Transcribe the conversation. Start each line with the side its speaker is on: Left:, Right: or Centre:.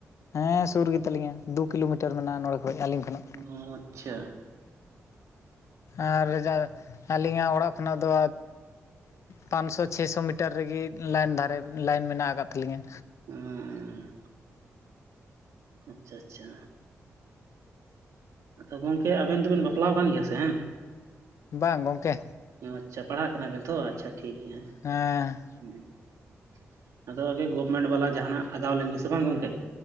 Left: ᱦᱮᱸ ᱥᱩᱨ ᱜᱮᱛᱟᱞᱤᱧᱟ ᱫᱩ ᱠᱤᱞᱳᱢᱤᱴᱟᱨ ᱢᱮᱱᱟᱜᱼᱟ ᱱᱚᱰᱮ ᱠᱷᱚᱭᱡ ᱟᱹᱞᱤᱧ ᱠᱷᱚᱱᱟᱜ᱾
Right: ᱦᱩᱸ ᱟᱪᱪᱷᱟ᱾
Left: ᱟᱨ ᱡᱟ ᱟᱹᱞᱤᱧᱟᱜ ᱚᱲᱟᱜ ᱠᱷᱚᱱᱟᱜ ᱫᱚ, ᱯᱟᱸᱱᱥᱚ ᱥᱚ ᱪᱷᱮᱥᱚ ᱢᱤᱴᱟᱨ ᱨᱮᱜᱮ ᱞᱟᱭᱤᱱ ᱫᱷᱟᱨᱮ ᱞᱟᱭᱤᱱ ᱢᱮᱱᱟᱜ ᱟᱠᱟᱫ ᱛᱟᱹᱞᱤᱧᱟᱹ᱾
Right: ᱦᱚᱸ, ᱟᱪᱪᱷᱟ ᱪᱷᱟ᱾ ᱟᱫᱚ ᱜᱚᱝᱠᱮ ᱟᱵᱮᱱ ᱫᱚᱵᱮᱱ ᱵᱟᱯᱞᱟᱣ ᱟᱠᱟᱱ ᱜᱮᱭᱟ ᱥᱮ ᱦᱟᱝ᱾
Left: ᱵᱟᱝ ᱜᱚᱝᱠᱮ᱾
Right: ᱚ ᱟᱪᱪᱷᱟ ᱯᱟᱲᱦᱟᱜ ᱠᱟᱱᱟᱵᱮᱱ ᱛᱷᱚ ᱟᱪᱪᱷᱟ ᱴᱷᱤᱠ ᱜᱮᱭᱟ ᱦᱟᱜ᱾
Left: ᱦᱮᱸ,
Right: ᱦᱩᱸ ᱟᱫᱚ ᱜᱚᱵᱷᱚᱢᱮᱱᱴ ᱵᱟᱞᱟ ᱡᱟᱦᱟᱱᱟᱜ ᱟᱜᱟᱣ ᱞᱮᱱ ᱜᱮ ᱥᱮ ᱵᱟᱝ ᱜᱚᱝᱠᱮ᱾